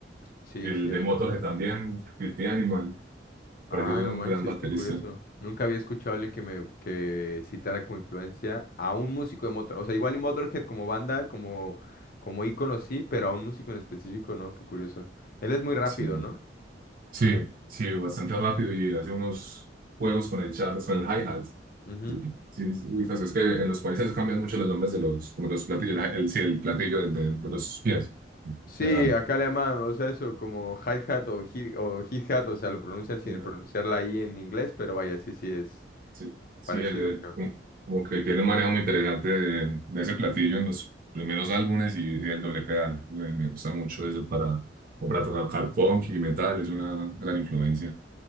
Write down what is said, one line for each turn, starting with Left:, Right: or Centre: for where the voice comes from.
Left: sí,
Right: El
Left: cierto.
Right: de Motorhead también, Filthy Animal, parece
Left: Ah,
Right: un
Left: no manches,
Right: gran baterista.
Left: qué curioso. Nunca había escuchado a alguien que me que citara como influencia a un músico de Motorhead. O sea, igual y Motorhead como banda, como, como ícono sí, pero a un músico en específico, ¿no? Qué curioso. Él es muy rápido,
Right: Sí,
Left: ¿no?
Right: sí, sí, bastante rápido y hace unos juegos con el Charles, con el hi-hat.
Left: Ujú.
Right: Sí, sí, sí, uy, pues es que en los países cambian mucho los nombres de los, como los platillos, la- el, sí, el platillo del- de, de los pies,
Left: Sí,
Right: pedal,
Left: acá le llaman, o sea, eso como hi-hat o hi- o hi-hat, o sea, lo pronuncian sin
Right: pedal,
Left: pronunciarla ahí en inglés, pero vaya, sí, sí es
Right: sí, sí,
Left: parecido,
Right: el- como, como que tiene un manejo muy interesante de, de ese platillo en los primeros álbumes y, y el doble pedal, me, me gusta mucho eso para, como para tocar punk y metal, es una gran influencia.